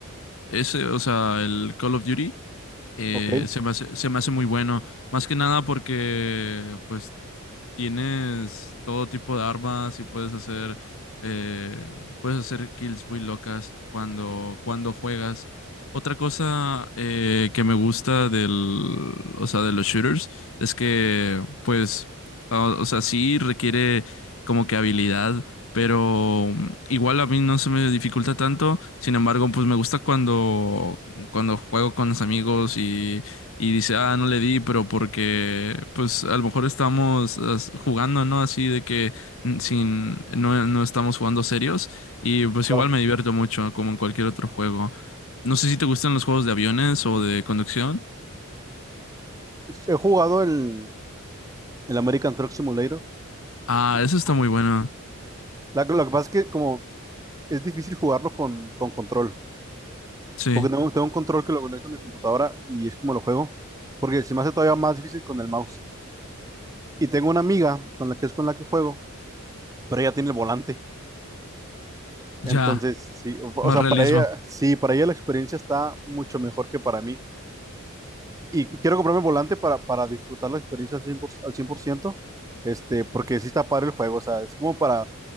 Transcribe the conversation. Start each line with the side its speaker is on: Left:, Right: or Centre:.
Left: ese, o sea, el Call of Duty eh,
Right: ok,
Left: se me hace, se me hace muy bueno. Más que nada porque, pues, Tienes todo tipo de armas y puedes hacer eh, puedes hacer kills muy locas cuando cuando juegas. Otra cosa eh, que me gusta del, o sea, de los shooters es que, pues, o, o sea, sí requiere como que habilidad, pero mm, igual a mí no se me dificulta tanto. Sin embargo, pues me gusta cuando cuando juego con los amigos y dice, ah, no le di, pero porque, pues, a lo mejor estamos as- jugando, ¿no? Así de que mm, sin, no, no estamos jugando serios y pues
Right: claro.
Left: igual me divierto mucho, como en cualquier otro juego. No sé si te gustan los juegos de aviones o de conducción.
Right: He jugado el, el American Truck Simulator,
Left: Ah,
Right: Igual
Left: eso está
Right: con-
Left: muy bueno.
Right: la- lo que pasa es que como es difícil jugarlo con, con control,
Left: Sí,
Right: porque tengo, tengo un control que lo conecto a mi computadora y es como lo juego, porque se me hace todavía más difícil con el mouse. Y tengo una amiga con la que es con la que juego, pero ella tiene el volante. Entonces,
Left: ya,
Right: sí, o, o
Left: más
Right: sea,
Left: realismo.
Right: para ella, sí, para ella la experiencia está mucho mejor que para mí. Y quiero comprarme el volante para, para disfrutar la experiencia al 100%, al cien por ciento este, porque sí está padre el juego, o sea, es como para...